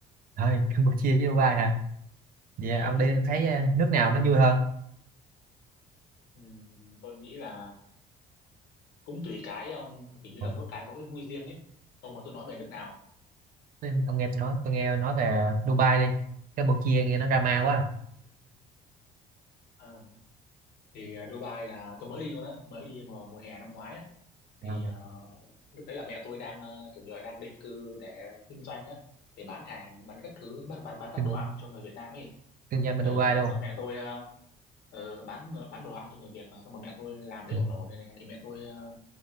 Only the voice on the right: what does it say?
Thôi, Campuchia với Dubai hả? Vậy
ông đi thấy ờ, nước nào nó vui hơn?
Ờ,
Nên ông nghe tôi nói tôi nghe nói về Dubai đi Campuchia nghe nó drama quá
à,
kinh,
kinh doanh bên
Dubai luôn
ừ.